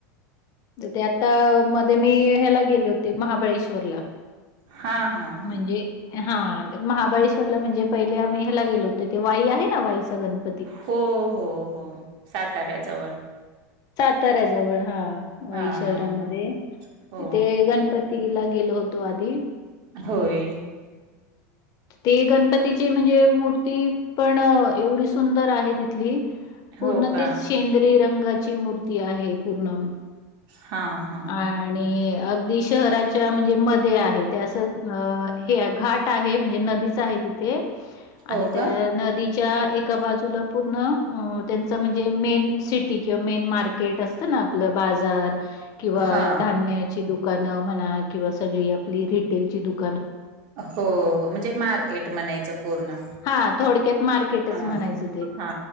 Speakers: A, on the left (about 40°); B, on the right (about 50°).
A: त ते आता मध्ये मी ह्याला गेले होते महाबळेश्वरला
B: हा हा
A: म्हणजे
B: हा
A: हा महाबळेश्वरला म्हणजे पहिले आम्ही ह्याला गेलो होतो ते वाई आहे ना वाईचा गणपती.
B: हो हो हो साताऱ्या जवळ.
A: साताऱ्या जवळ हा वाई
B: हा
A: शहरामध्ये
B: हा हो
A: तिथे गणपती तिला गेलो होतो आधी.
B: होय
A: ते गणपतीची म्हणजे मूर्ती पण एवढी सुं सुंदर आहे तिथली पूर्ण,
B: हो का
A: ते शेंद्री रंगाची मूर्ती आहे पूर्ण.
B: हा हा
A: आणि अगदी शहराच्या म्हणजे मध्ये आहे ते अस. हे घाट आहे म्हणजे नदीच आहे तिथे.
B: हो
A: आणि त्या
B: का
A: नदी त्या एका बाजूला पूर्ण त्यांच म्हणजे मेन सिटी किंवा मेन मार्केट केट असतन आपल बाजार किंवा
B: हा
A: धान्य ची दुकान म्हणा किंवा सगळी आपली रिटेलची दुका
B: हो हो म्हणजे मार्केट म्हणायच पूर्ण.
A: हा थोडक्यात मार्केटच
B: हा
A: म्हणायच ते
B: हा